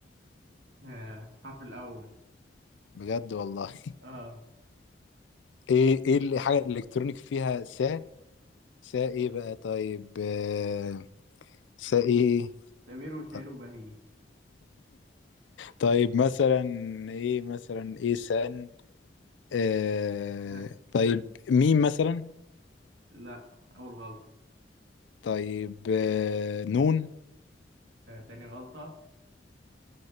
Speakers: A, on the right; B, on the left.
A: الحرف الاول
B: بجد والله
A: اه
B: <laughs> ايه ايه الحاجه الالكترونيك فيها س ساقي بقى طيب آه، ساقي
A: سمير وشهير
B: طيب
A: وبهية
B: طيب، مثلا ايه مثلا ايه سان آه
A: آه،
B: طيب ميم مثلا
A: لا اول غلطه
B: طيب آه نون
A: آه، تاني غلطه